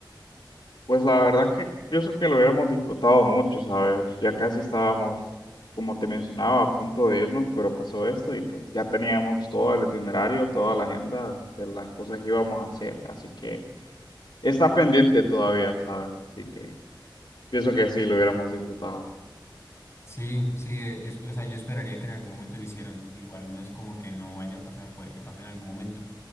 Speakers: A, on the left (about 70°); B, on the left (about 35°).
A: Pues la verdad que pienso que lo hubiéramos disfrutado mucho, ¿sabes? Ya casi estábamos, como te mencionaba, a punto de irnos, pero pasó esto y pues ya teníamos todo el itinerario, toda la agenda de las cosas que íbamos a hacer, así que está pendiente todavía, ¿sabes? Así que pienso que sí, lo hubiéramos disfrutado.
B: Sí, sí, e, es- o sea, yo esperaría que en algún momento lo hicieran. Igual no es como que no vaya a pasar, puede que pase en algún momento.